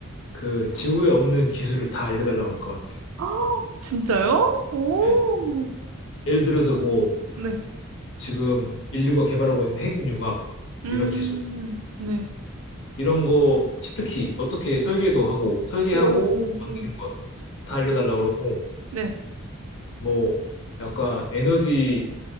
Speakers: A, on the left; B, on the right.
A: 그 지구에 없는 기술을 다 알려달라고 할 것 같아.
B: 아, 진짜요? 오.
A: 음. 예를 들어서 뭐
B: 네.
A: 지금 인류가 개발하고 있는 핵융합
B: 음.
A: 이런 기술
B: 네.
A: 이런 거 치트키 어떻게 설계도 하고 설계하고
B: 오.
A: 만드는
B: 오.
A: 거 다 알려달라고 그러고
B: 네.
A: 뭐 약간 에너지